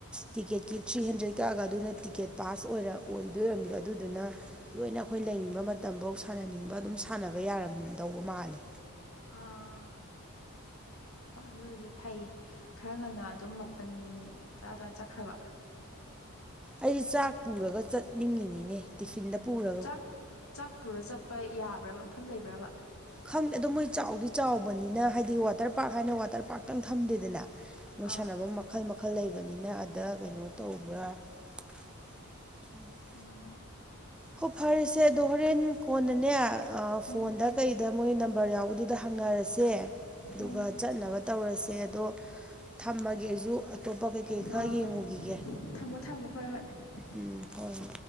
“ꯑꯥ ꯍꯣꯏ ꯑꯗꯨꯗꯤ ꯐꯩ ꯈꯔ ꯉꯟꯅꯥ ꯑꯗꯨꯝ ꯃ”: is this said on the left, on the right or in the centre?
Left